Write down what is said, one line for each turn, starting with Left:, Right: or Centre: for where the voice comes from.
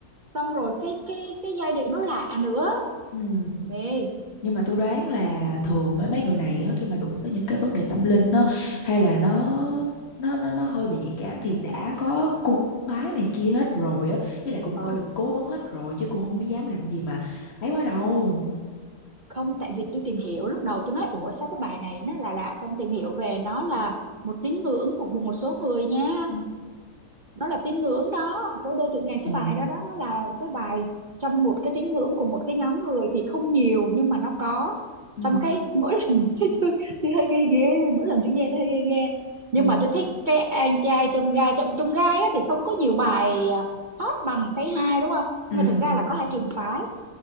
Right: xong rồi cái cái cái giai điệu nó lạ nữa
Left: Ừ. Ừ.
Right: mê
Left: Nhưng mà tôi đoán là thường mấy mấy người này á, khi mà đụng tới những cái vấn đề tâm linh á, hay là nó nó nó nó hơi bị nhạy cảm thì đã có cúng bái này kia hết rồi á, với lại cũng
Right: ừ
Left: có được cố vấn hết rồi chứ cũng không có dám làm gì mà ấy quá đâu.
Right: không tại vì tôi tìm hiểu lúc đầu tôi nói ủa sao cái bài này nó là lạ lạ?" xong tìm hiểu về nó là một tín ngưỡng phục vụ một số người nha
Left: Ừ.
Right: nó là tín ngưỡng đó cô đơn tượng ngàn
Left: Ừ.
Right: cái bài đó đó nó là cái bài trong một cái tín ngưỡng của một cái nhóm người thì không nhiều nhưng mà nó có
Left: Ừ.
Right: xong cái mỗi lần <laughs> tôi, tôi, tôi hơi ghê ghê mỗi lần tôi nghe tôi hơi ghê ghê
Left: Ừ.
Right: nhưng mà tôi thích cái anh trai trong gai trong trong gai á, thì không có nhiều bài à, hot bằng Say Hi đúng không
Left: Ừ.
Right: nhưng mà thực ra
Left: Ừ.
Right: là có hai trường phái